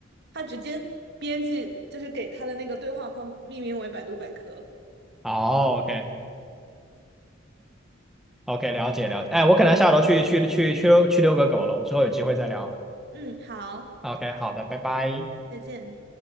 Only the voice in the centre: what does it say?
哦，OK OK，了解了解。哎，我可能下楼去去去去遛去遛个狗了，我们之后有机会再聊。
OK，好的，拜拜。